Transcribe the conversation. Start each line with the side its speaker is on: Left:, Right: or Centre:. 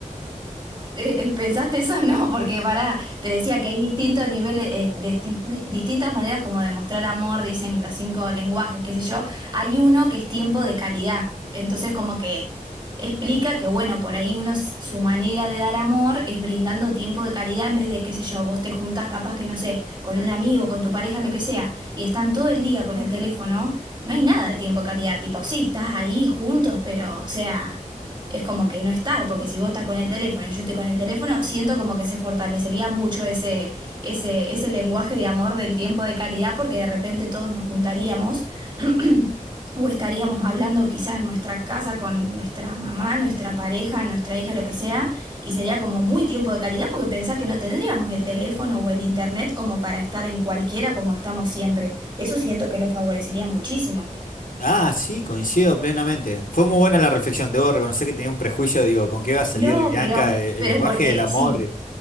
Right: Eh, eh, ¿Pensaste eso? <laughs> No, porque para, te decía que hay distintos niveles, eh, disti- distintas maneras como de mostrar amor, dicen los cinco lenguajes, qué sé yo. Hay uno que es tiempo de calidad. Entonces, como que explica que, bueno, por ahí uno, s- su manera de dar amor es brindando tiempo de calidad en vez de, qué sé yo, vos te juntas capaz que, no sé, con un amigo, con tu pareja, lo que sea, y están todo el día con el teléfono, no hay nada de tiempo de calidad. Tipo, sí, estás ahí juntos, pero, o sea es como que no estar, porque si vos estás con el teléfono y yo estoy con el teléfono, siento como que se fortalecería mucho ese, ese, ese lenguaje de amor del tiempo de caridad, porque de repente todos nos juntaríamos <clears throat> o estaríamos hablando quizás en nuestra casa con nuestra mamá, nuestra pareja, nuestra hija, lo que sea, y sería como muy tiempo de caridad porque pensá que no tendríamos el teléfono o el internet como para estar en cualquiera como estamos siempre. Eso siento que lo favorecería muchísimo.
Left: Ah, sí, coincido plenamente. Fue muy buena la reflexión, debo reconocer que tenía un prejuicio, digo, ¿con qué va a salir
Right: No,
Left: Bianca?
Right: pero,
Left: Eh,
Right: pero
Left: El lenguaje
Right: porque
Left: del amor.
Right: sí.